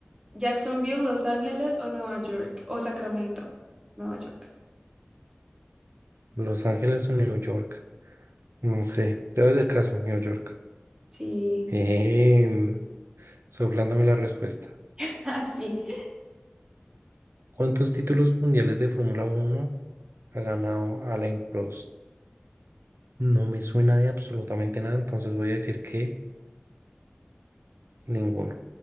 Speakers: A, on the right; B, on the right.
A: ¿Jacksonville, Los Ángeles o Nueva York? O Sacramento, Nueva York.
B: Los Ángeles o New York. No sé. Debe hacer caso, New York.
A: Sí,
B: Bien. Soplándome la respuesta.
A: <laughs> Así.
B: ¿Cuántos títulos mundiales de Fórmula Uno ha ganado Alain Prost? No me suena de absolutamente nada, entonces voy a decir que ninguno.